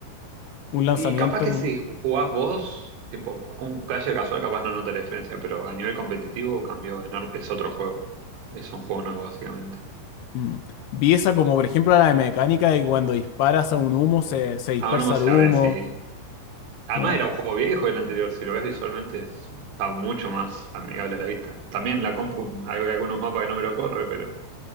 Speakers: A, on the left (about 70°); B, on the right (about 80°).
A: un lanzamiento.
B: Y capaz que
A: como-
B: si ju- jugás vos, tipo, un player casual capaz no nota la diferencia, pero a nivel competitivo cambió enorme, es otro juego. Es un juego nuevo, básicamente.
A: mm. Vi esa como, por ejemplo, la de mecánica de que cuando disparas a un humo se, se dispersa
B: Aún no se
A: el humo.
B: abre, sí. Además
A: Claro,
B: era un juego viejo el anterior, si lo ves visualmente es- está mucho más amigable a la vista. También la compu, hay algunos mapas que no me lo corre, pero,